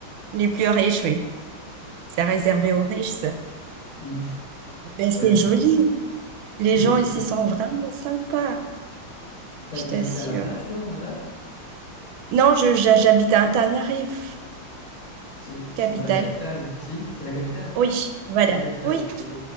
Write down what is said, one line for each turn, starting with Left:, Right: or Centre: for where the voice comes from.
Right: Les plus riches, oui. C'est réservé aux riches. ça.
Left: Hmm.
Right: Ben,
Left: Ouais,
Right: c'est
Left: c'est
Right: joli.
Left: bon.
Right: Les
Left: Oui,
Right: gens
Left: oui,
Right: ici
Left: c'est beau.
Right: sont vraiment sympas,
Left: T'hab-
Right: je t'assure.
Left: T'habites à la plage, toi, Amada?
Right: Non, je, j'ha- j'habite à Antananarive,
Left: C'est
Right: capitale.
Left: c'est pas la capitale, si? C'est la capitale?
Right: Oui, voilà.
Left: Ah, C'est la capitale,
Right: Oui.
Left: ok.